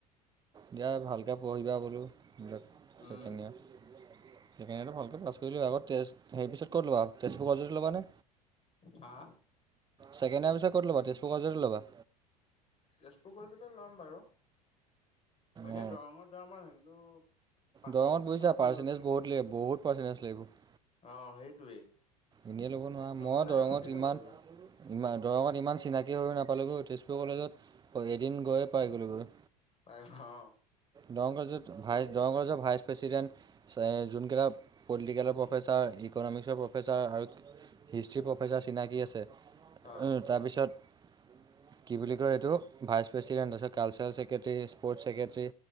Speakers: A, on the right (about 20°); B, on the left (about 30°).
A: দিয়া ভালকে পঢ়িবা বোলো, হ'লে চেকেণ্ডী
B: উম
A: য়েছে। সেইকাৰণে ভালকৈ পাছ কৰি লোৱা আগত, টেষ্ট সেই পিছত ক'ত ল'বা আকৌ তেজপুৰতে ল'বানে।
B: হা
A: ছেকেণ্ডৰীয়া পিছত ক'ত ল'বা, তেজপুৰ কলেজতে ল'বা।
B: তেজপুৰ কলেজতে ল'ম বাৰু, এনে
A: অঁ
B: দৰঙৰ যাম বুলি ভাবিছিলো, দৰঙৰ কিন্তু। পাৰ্চেন্টেজটো
A: দৰংত বুজিছা
B: চাওঁচোন
A: পাৰ্চেন্টেজ
B: বাৰু কি
A: বহুত লাগিব, বহুত পাৰ্চেন্টেজ লাগিব।
B: অ' সেইটোৱেই।
A: এনেয়ে ল'ব নোৱাৰা,
B: নহ'লে
A: মই দৰঙত
B: আৰু তাতেই
A: ইমান।
B: ল'ব
A: ইমান, দৰঙত ইমান চিনাকি হৈ নাপালোগৈ, তেজপুৰ কলেজত এদিন গৈয়ে পাইগ'লোগৈ।
B: পাৰিব অ'।
A: দৰং কলেজত ভাইচ, দৰং কলেজৰ ভাইচ প্ৰেচিডেণ্ট। যোনকেইটা প'লিটিকেলৰ প্ৰফেচাৰ, ইক'নমিক্সৰ প্ৰফেচাৰ আৰু। হিষ্ট্ৰি প্ৰফেচাৰ চিনাকী আছে
B: অ
A: তাৰপিছত। কি বুলি কয় এইটো ভাইচ প্ৰেছিডেণ্ট, তাৰপিছত কালচাৰেল চেক্ৰেটৰী স্পৰ্টছ ছেক্ৰেটৰী।